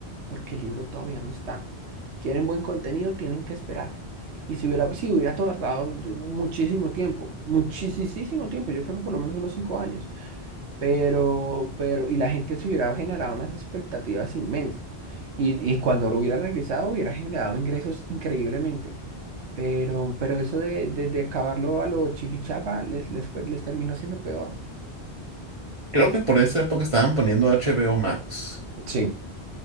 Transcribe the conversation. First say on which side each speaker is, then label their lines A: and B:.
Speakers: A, on the right; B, on the right.
A: porque el libro todavía no está. Quieren buen contenido, tienen que esperar. Y si hubiera, sí, hubiera tardado de- muchísimo tiempo, muchísimo tiempo. Yo creo que por lo menos unos cinco años pero, pero, y la gente se hubiera generado unas expectativas inmensas. Y, y cuando hubiera regresado, hubiera generado ingresos increíblemente. Pero, pero eso de, de, de acabarlo a lo chifichafa les, les fue, les terminó siendo peor.
B: creo que por esa época estaban poniendo HBO Max.
A: Sí,